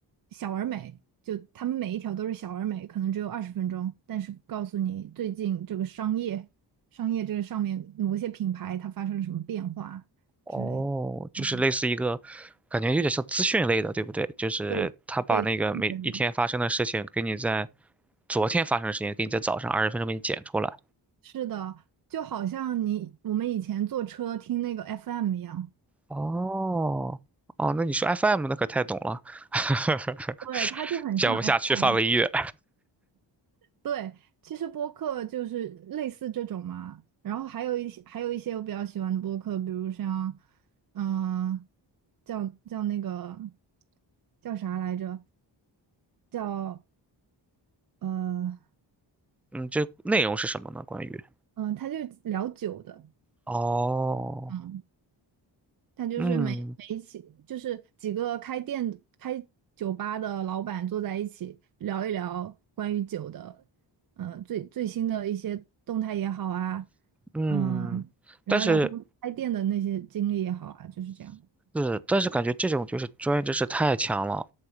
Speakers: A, on the right; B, in the centre.
A: 小而美，就他们每一条都是小而美，可能只有二十分钟，但是告诉你最近这个商业商业这个上面某些品牌它发生了什么变化之类的。
B: 哦，就是类似一个，
A: 嗯，
B: 感觉有点像资讯类的，对不对？就是他把那个每一天发生的事情，
A: 对对，就是
B: 给你在昨天发生的事情，给你在早上二十分钟给你剪出来。
A: 是的，就好像你我们以前坐车听那个 FM 一样，
B: 哦，哦，那你说 FM 那可太懂了，<laughs>
A: 对，它就很像
B: 讲不下去，
A: FM。
B: 放个音乐。
A: 对，其实播客就是类似这种嘛，然后还有一些还有一些我比较喜欢的播客，比如像，嗯、叫叫那个叫啥来着？叫呃
B: 嗯，这内容是什么呢？关于
A: 嗯、呃他就聊酒的，
B: 哦，
A: 嗯他就是每每一起，
B: 嗯
A: 就是几个开店的开酒吧的老板坐在一起聊一聊关于酒的，呃，最最新的一些动态也好啊，
B: 嗯，
A: 嗯、聊一聊他们开店的那些经历也好啊，
B: 但是
A: 就是这样。
B: 是，但是感觉这种就是专业知识太强了，